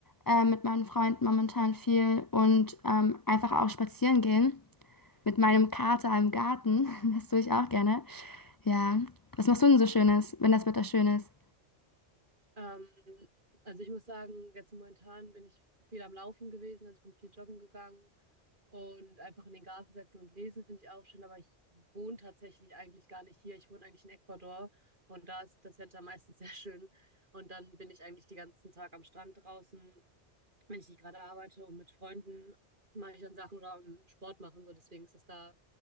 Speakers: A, on the left (about 25°); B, on the right (about 45°).
A: äh, mit meinen Freunden momentan viel und ähm, einfach auch spazieren gehen. mit meinem Kater im Garten. <laughs> Das tue ich auch gerne. Ja. Was machst du denn so Schönes, wenn das Wetter schön ist?
B: Ähm, also ich muss sagen, jetzt momentan bin ich viel am Laufen gewesen, also ich bin viel joggen gegangen und einfach in den Garten setzen und lesen finde ich auch schön, aber ich wohne tatsächlich eigentlich gar nicht hier. Ich wohne eigentlich in Ecuador und da ist das Wetter meistens <laughs> sehr schön und dann bin ich eigentlich den ganzen Tag am Strand draußen wenn ich nicht gerade arbeite und mit Freunden mache ich dann Sachen oder ähm, Sport machen. So, deswegen ist das da,